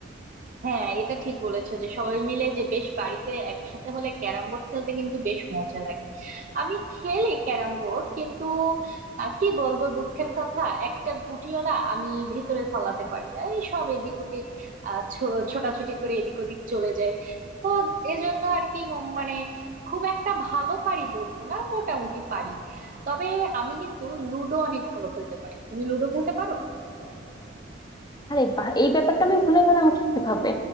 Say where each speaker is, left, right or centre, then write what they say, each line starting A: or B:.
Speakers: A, on the right (about 40°); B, on the left (about 20°).
A: হ্যাঁ এটা ঠিক বলেছো যে সবাই মিলে যে বেশ বাড়িতে একসাথে হলে ক্যারাম বোর্ড খেলতে কিন্তু বেশ মজা লাগে আমি খেলি ক্যারাম বোর্ড কিন্তু আহ, কি বলবো দুঃখের কথা একটা গুটিও না আমি ভিতরে ফলাতে পারি না এই সব এদিক ওদিক আহ ছো- ছোটাছুটি করে এদিক ওদিক চলে যায় তো এজন্য আর কি ম- মানে খুব একটা ভালো পারি বলবো না মোটামুটি পারি তবে আমি কিন্তু লুডো অনেক ভালো খেলতে পারি তুমি লুডো খেলতে পারো
B: আরে বাহ এই ব্যাপারটা আমি ভুলে গেলাম কিভাবে